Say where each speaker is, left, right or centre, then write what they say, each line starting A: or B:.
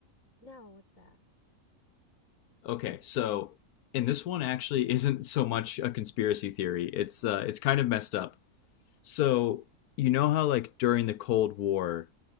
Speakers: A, on the left; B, on the left.
A: No, what's that?
B: Okay, so and this one actually <laughs> isn't so much a conspiracy theory. It's uh, it's kind of messed up. So you know how like during the Cold War,